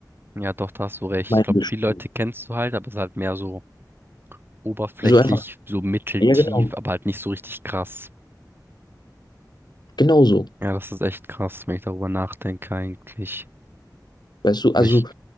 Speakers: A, on the right; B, on the left.
A: Ja, doch, da hast du recht.
B: Gemeindeschule.
A: Ich glaube, viele Leute kennst du halt, aber es ist halt mehr so. oberflächlich
B: So einfach.
A: so mitteltief,
B: Ja, genau.
A: aber halt nicht so richtig krass.
B: Genauso.
A: Ja, das ist echt krass, wenn ich darüber nachdenke eigentlich.
B: Weißt du,
A: Aber
B: also
A: ich,